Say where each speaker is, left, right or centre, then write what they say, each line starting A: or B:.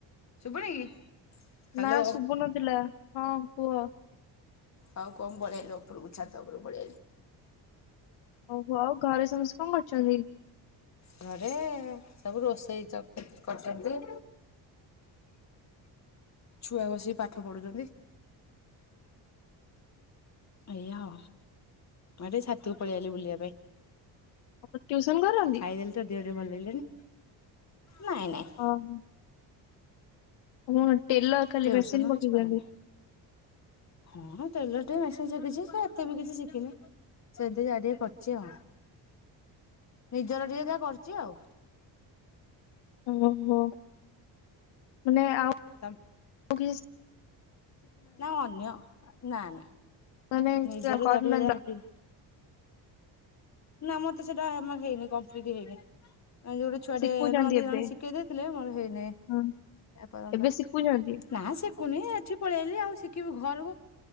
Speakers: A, on the left; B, on the left.
A: ଶୁଭଣି କି? ହ୍ୟାଲୋ
B: ନା ଶଶୁବୁନଥିଲା ହଁ କୁହ?
A: ହଉ କଣ ପଳେଇଲ ଉପରକୁଛାତ ଉପରୁକୁ ପାଲେଇଆଇଲି।
B: ଓହୋ ଘରେ ସମସ୍ତେ କଣ କରୁଛନ୍ତି?
A: ଘରେ ସବୁ ରୋଷେଇ କରୁଛନ୍ତି। ଛୁଆ ବସିକି ପାଠ ପଢୁଛନ୍ତି। ଏଇଆଉ ଆରେ ଛତିକୁ ପଳେଇ ଆଲି ବୁଲିବା ପାଇଁ।
B: ଆପଣ ଟ୍ୟୁସନ କରନ୍ତି?
A: ଖାଇଦେଲି ତ ଦେହ ଟିକେ ଭଲ ଲାଗିଲାଣି ନାଇଁ ନାଇଁ।
B: ହଁ ହଁ। ଓ ଟେଲର ଖାଲି
A: ଟିଉସନ
B: ମେସିନ
A: କିଛି
B: ପକେଇଛନ୍ତି।
A: କରେନି। ହଁ ତେଲଟେ ମେସିନ୍ ଶିଖିଛି ସେ ଏତେ ବି କିଛି ଶିଖିନି। ସେମିତି ଯା ଟିକେ କରିଛି ଆଉ। ନିଜର ଟିକେ ଯାହା କରିଛି ଆଉ।
B: ଓହୋ ମାନେ ଆପ
A: ତମ୍।
B: ଓକେ।
A: ନା ଅନ୍ୟ ନା ନା
B: ମାନେ
A: ନିଜର
B: କରୁନାହାନ୍ତି
A: ତା ଟିକେ ଯାହା ହେତିକି। ନା ମତେ ସେଇଟା ଆମର ହେଇନି କମ୍ପ୍ଲିଟ ହେଇନି ଆଉ ଯୋଉଟି ଛୁଆଟେ
B: ଶିଖୁଛନ୍ତି
A: ନ ମେ
B: ଏବେ
A: ଜଣେ ଶିଖେଇ ଦେଇଥିଲେ ମୋର ହେଇନି
B: ହଁ
A: ଏପର୍ଯ୍ୟନ୍ତ,
B: ଏବେ ଶିଖୁଛନ୍ତି।
A: ନାସେ କୁନି ଏଠି ପଳେଇଲି ଆଉ ଶିଖିବି ଘରକୁ